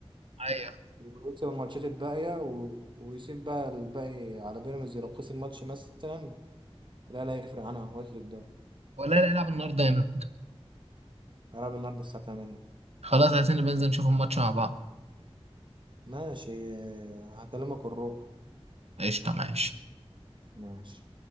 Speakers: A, on the right; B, on the right.
A: ايوه
B: ويكسب الماتشات الباقيه و... ويسيب بقى الباقي على بيراميدز لو خسر ماتش مثلا الاهلي هيفرق عنها وياخد الدوري
A: ولا لا يلعب النهارده يا مان.
B: هيلعب النهارده الساعه 8
A: خلاص عايزين نبقى ننزل نشوف الماتش مع بعض
B: ماشي آه، هكلمك الروح
A: قشطة معاش
B: ماشي